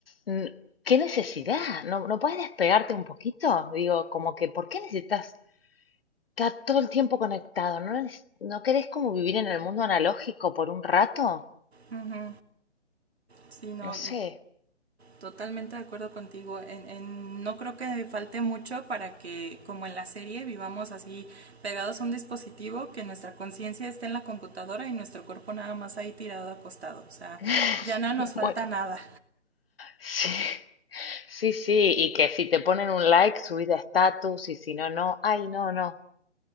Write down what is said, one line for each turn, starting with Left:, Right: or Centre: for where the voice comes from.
Left: mm, ¿qué necesidad? ¿No, no puedes despegarte un poquito? Digo, como que, ¿por qué necesitas estar todo el tiempo conectado? ¿No, neces- no querés como vivir en el mundo analógico por un rato?
Right: Ujú. Sí, no,
Left: No sé.
Right: totalmente de acuerdo contigo. En, en, no creo que falte mucho para que, como en la serie, vivamos así pegados a un dispositivo, que nuestra conciencia esté en la computadora y nuestro cuerpo nada más ahí tirado acostado. O sea,
Left: <laughs>
Right: ya no nos
Left: Me
Right: falta
Left: muero.
Right: nada.
Left: Sí. Sí, sí, y que si te ponen un like, subís de estatus, y si no, no. Ay, no, no,